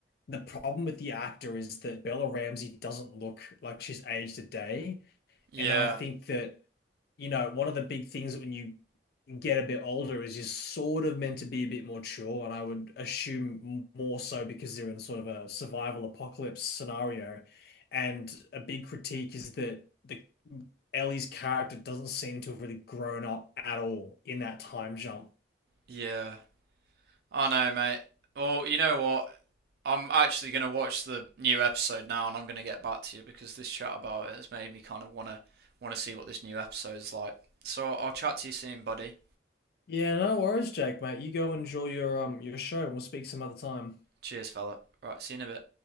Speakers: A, on the left; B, on the right.
A: The problem with the actor is that Bella Ramsey doesn't look like she's aged a day.
B: Yeah,
A: And then I think that, you know, one of the big things when you get a bit older is just sort of meant to be a bit more mature, and I would assume more so because they're in sort of a survival apocalypse scenario. And a big critique is that the Ellie's character doesn't seem to have really grown up at all in that time jump.
B: yeah. I know, mate. Well, you know what? I'm actually going to watch the new episode now, and I'm going to get back to you because this chat about it has made me kind of want to want to see what this new episode is like. So I'll chat to you soon, buddy.
A: Yeah, no worries, Jake, mate. You go enjoy your um your show and we'll speak some other time.
B: Cheers, fella. Right, see you in a bit.